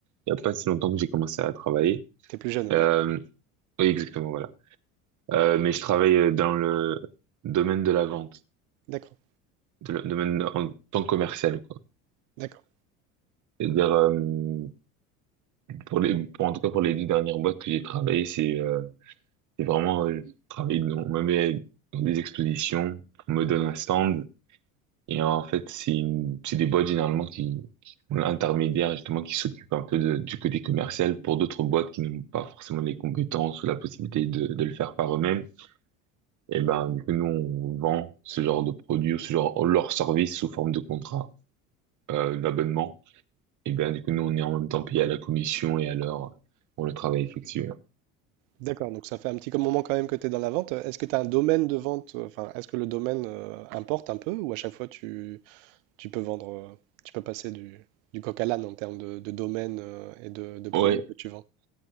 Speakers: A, on the right; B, on the right.
A: Il n'y a pas si longtemps que j'ai commencé à travailler.
B: T'es plus jeune, on va
A: Euh,
B: dire.
A: oui, exactement, voilà. Euh, mais je travaille euh, dans le domaine de la vente,
B: D'accord,
A: de le- domaine en tant que commercial, quoi.
B: d'accord,
A: C'est-à-dire euh, Pour les, pour, en tout cas, pour les deux dernières boîtes que j'ai travaillées, c'est euh, c'est vraiment, euh, travailler dans, on me met dans des expositions, on me donne un stand, et en fait, c'est une- c'est des boîtes généralement qui, qui ont l'intermédiaire, justement, qui s'occupent un peu de- du côté commercial. Pour d'autres boîtes qui n'ont pas forcément les compétences ou la possibilité de, de le faire par eux-mêmes, et ben, du coup, nous, on vend ce genre de produits ou ce genre, leur service sous forme de contrat, euh, d'abonnement. Et ben, du coup, nous, on est en même temps payé à la commission et à l'heure euh, pour le travail effectué.
B: d'accord. Donc, ça fait un petit moment quand même que tu es dans la vente. Est-ce que tu as un domaine de vente? Enfin, est-ce que le domaine euh, importe un peu ou à chaque fois tu, Tu peux vendre, euh, tu peux passer du, du coq à l'âne en termes de, de domaine euh, et de, de produits
A: Ouais,
B: que tu vends.